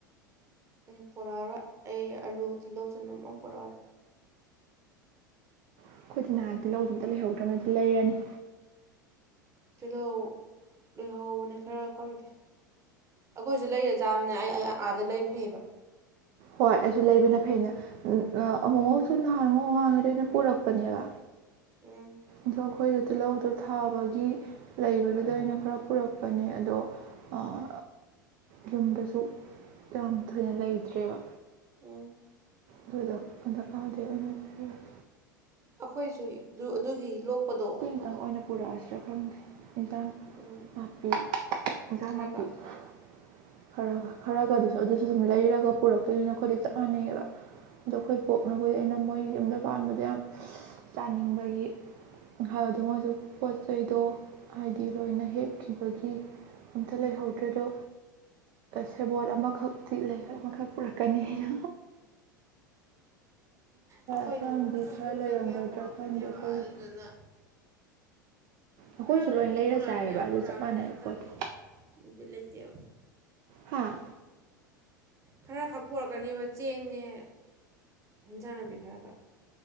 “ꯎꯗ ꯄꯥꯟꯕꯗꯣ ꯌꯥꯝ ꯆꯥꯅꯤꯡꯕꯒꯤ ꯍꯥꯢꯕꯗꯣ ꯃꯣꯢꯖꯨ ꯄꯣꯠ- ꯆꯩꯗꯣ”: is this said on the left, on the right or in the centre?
Right